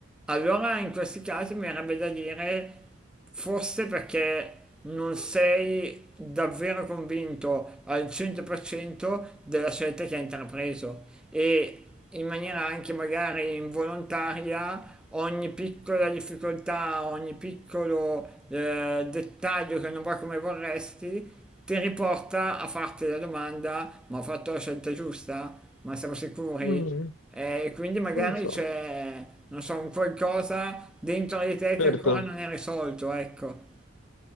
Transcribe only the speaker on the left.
Mm,
non lo so.
Certo.